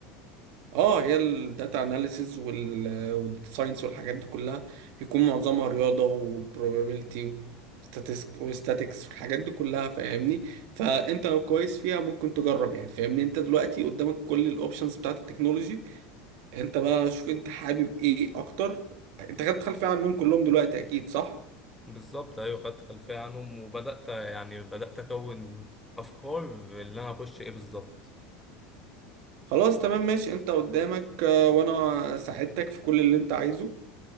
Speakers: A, on the right; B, in the centre.
A: اه هي الداتا اناليسيز والساينس والحاجات دي كلها بيكون معظمها رياضه وبروبابيلتي وستاتيكس والحاجات دي كلها فاهمني فانت لو كويس فيها ممكن تجرب يعني فاهمني انت دلوقتي قدامك كل الاوبشنز بتاعت التكنولوجي انت بقى شوف انت حابب ايه اكتر انت خدت خلفيه عنهم كلهم دلوقتي اكيد صح
B: بالظبط ايوه خدت خلفيه عنهم وبدات يعني بدات اكون افكار اللي انا اخش ايه بالظبط
A: خلاص تمام ماشي انت قدامك آه، وانا ساعدتك في كل اللي انت عايزه